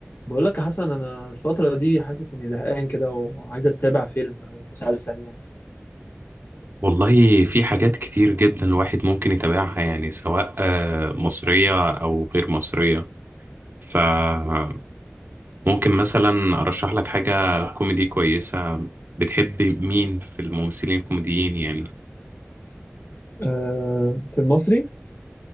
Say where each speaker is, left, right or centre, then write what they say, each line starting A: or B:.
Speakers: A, on the left; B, on the right.
A: بقول لك يا حسن انا الفتره دي حاسس اني زهقان كده وعايز اتابع فيلم او مسلسل يعني
B: والله في حاجات كتير جدا الواحد ممكن يتابعها يعني سواء آه، مصرية أو غير مصرية فممكن مثلا أرشح لك حاجة كوميدي كويسة بتحب مين في الممثلين الكوميديين يعني
A: أه في المصري